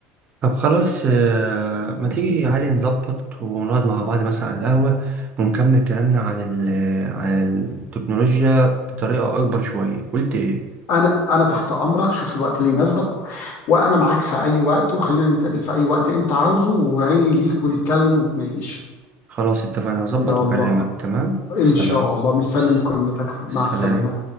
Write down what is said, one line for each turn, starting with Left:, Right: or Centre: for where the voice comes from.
Right: طب خلاص آه، ما تيجي يا علي نظبط ونقعد مع بعض مثلا على القهوه ونكمل كلامنا عن ال عن التكنولوجيا بطريقه اكبر شويه قلت ايه
Left: أنا أنا تحت أمرك شوف الوقت اللي يناسبك وأنا معاك في أي وقت وخلينا نتقابل في أي وقت أنت عاوزه وعيني ليك ونتكلم ونتناقش
Right: خلاص اتفقنا اظبط
Left: يلا
Right: واكلمك تمام
Left: إن
Right: سلام
Left: شاء الله مستني
Right: س-
Left: مكالمتك مع
Right: سلام
Left: السلامة